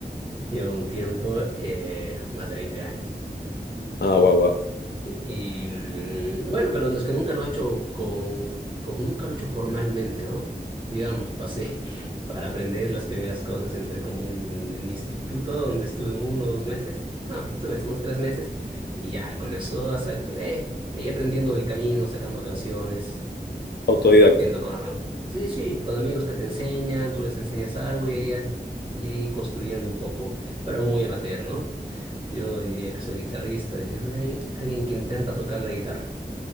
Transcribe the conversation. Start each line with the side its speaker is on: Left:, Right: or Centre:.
Right: Lleva un tiempo, eh, más de 20 años.
Left: Ah, guau, guau,
Right: Y, mm, bueno, pero es que nunca lo he hecho con, como nunca lo he hecho formalmente, ¿no? Digamos, pasé <laughs> para aprender las primeras cosas entre como un, un instituto donde estuve uno o dos meses. No, estuve unos tres meses y ya con eso hasta, eh, ahí aprendiendo del camino, sacando canciones
Left: autodidacta.
Right: compartiendo con, sí, sí, con amigos que te enseñan, tú les enseñas algo y ahí, y ahí construyendo un poco, pero algo muy amateur, ¿no? Yo no diría que soy guitarrista, diría soy alguien alguien que intenta tocar la guitarra.